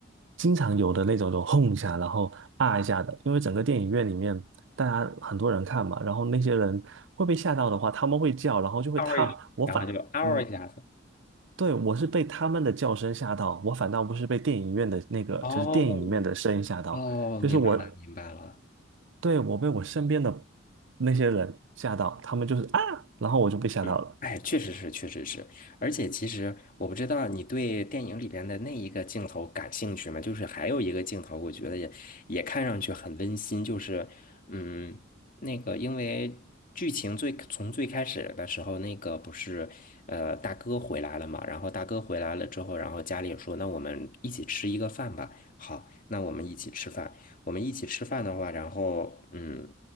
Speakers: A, on the right; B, on the left.
A: 经常有的那种，就轰一下，然后啊一下的。因为整个电影院里面，大家很多人看嘛，然后那些人会被吓到的话，他们会叫，然后就会他，
B: 嗷一下，
A: 我反，
B: 然后就嗷一下子。
A: 嗯，对，我是被他们的叫声吓到，我反倒不是被电影院的那个，
B: 哦，
A: 就是电影里面的声音吓到。
B: 哦，
A: 就是我
B: 明白了，明白了。
A: 对，我被我身边的那些人吓到，他们就是啊，然后我就被吓到了。
B: 嗯，哎，确实是，确实是，而且其实我不知道你对电影里边的那一个镜头感兴趣吗？就是还有一个镜头，我觉得也也看上去很温馨，就是嗯，那个因为剧情最从最开始的时候，那个不是呃大哥回来了嘛，然后大哥回来了之后，然后家里也说那我们一起吃一个饭吧，好，那我们一起吃饭，我们一起吃饭的话，然后嗯，